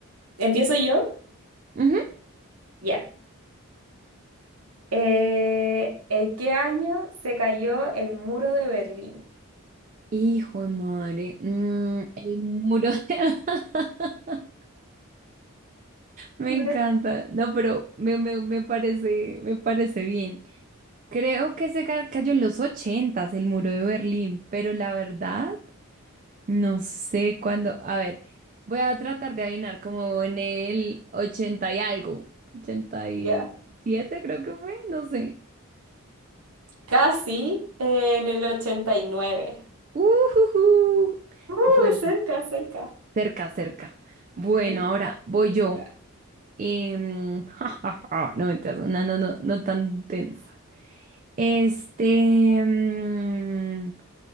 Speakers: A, on the right; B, on the right.
A: ¿Empiezo yo?
B: Ujú.
A: Ya. Eh, ¿en qué año se cayó el muro de Berlín?
B: Hijo de madre. Mm, el muro de... <laughs> Me
A: A
B: encanta.
A: ver,
B: No, pero me, me, me parece, me parece bien. Creo que se ca- cayó en los ochentas el muro de Berlín, pero la verdad. No sé cuándo. A ver, voy a tratar de adivinar como en el 80 y algo. ochenta y
A: Ya.
B: siete creo que fue, no sé.
A: Casi eh, en el 89.
B: Ujujú.
A: Uh,
B: Bueno,
A: cerca, cerca.
B: cerca, cerca. Bueno,
A: Sí,
B: ahora
A: casi
B: voy yo.
A: cerca.
B: Em, <laughs> ja, ja, ja. no, mentiras, una no, no, no tan tensa. Este, mm,